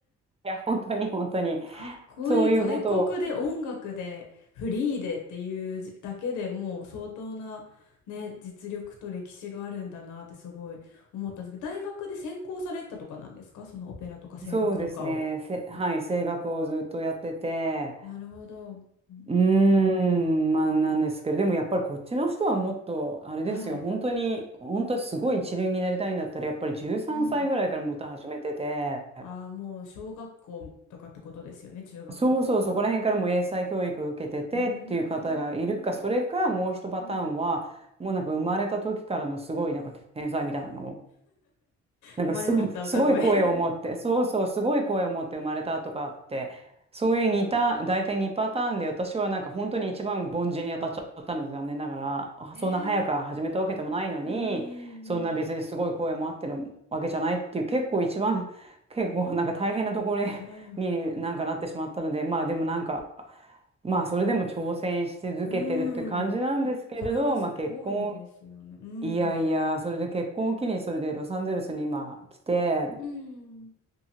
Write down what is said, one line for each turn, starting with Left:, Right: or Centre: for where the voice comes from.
Right: いや、本当に本当に。
Left: かっこいい。
Right: そういうことを、
Left: 外国で音楽でフリーでっていうだけでもう相当なね、実力と歴史があるんだなってすごい思ったんですけど、大学で専攻されたとかなんですかそのオペラとか声楽とかを。
Right: そうですね。せ、はい、
Left: あ、
Right: 声楽をずっとやってて、
Left: なるほど。うん
Right: うーん、まあなんですけど、でもやっぱりこっちの人はもっと、あれですよ、
Left: はい。
Right: 本当に、本当にすごい一流になりたいんだったら、やっぱり13歳ぐらいからもう歌始めてて、
Left: うん。ああ、もう小学校とかってことですよね、中学校とか。
Right: そうそう、そこら辺からもう英才教育を受けててっていう方がいるか、
Left: うーん。
Right: それかもう一パターンは、
Left: うん。
Right: もうなんか生まれた時からのすごいなんか天才みたいなの。なんかすごい、
Left: 生まれ持った歌声
Right: すごい声を持って、
Left: <laughs>
Right: そうそう、すごい声を持って生まれたとかって、そういう似た、大体2パターンで、私はなんか本当に一番凡人に当たっちゃったので、残念ながら、あそんな早く始めたわけでもないのに、
Left: えー、<laughs> うーん。
Right: そんな別にすごい声もあってるわけじゃないっていう、結構一番、<laughs> 結構なんか大変なところ
Left: いやいや。
Right: になんかなってしまったので、まあでもなんか、まあそれでも挑戦し続けてるって感じなんですけれど、
Left: うーん。それがすごいですよね。
Right: まあ結婚、
Left: うん。
Right: いやいや、それで結婚を機に、それでロサンゼルスに今来て、
Left: うん。